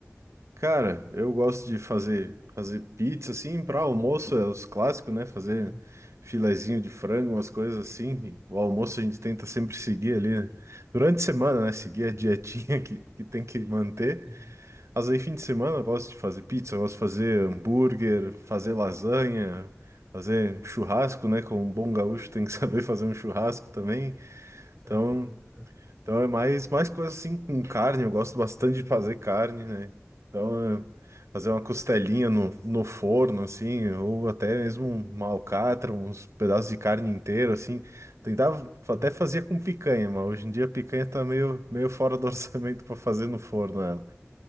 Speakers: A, on the right; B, in the centre.
A: cara, eu gosto de fazer fazer pizza assim para almoço, é os clássicos, né? Fazer
B: Uhum,
A: filezinho de frango, umas coisas assim. e O almoço a gente tenta sempre seguir ali, né? Durante a semana, né? Seguir
B: uhum,
A: a dietinha <laughs> que, que tem que manter.
B: uhum.
A: Mas aí, fim de semana, eu gosto de fazer pizza, eu gosto de fazer hambúrguer, fazer lasanha, fazer churrasco, né? Como um bom gaúcho tem que <laughs> saber fazer um churrasco também.
B: Tem que saber,
A: Então,
B: né?
A: então é mais, mais coisa assim com carne, eu gosto bastante de fazer carne, né? Então, é fazer uma costelinha no, no forno, assim, ou até mesmo uma alcatra, uns pedaços de carne inteiro, assim. Tentava, até
B: Aham.
A: fazia com picanha, mas hoje em dia a picanha tá meio, meio fora do <laughs> orçamento para fazer no forno ela.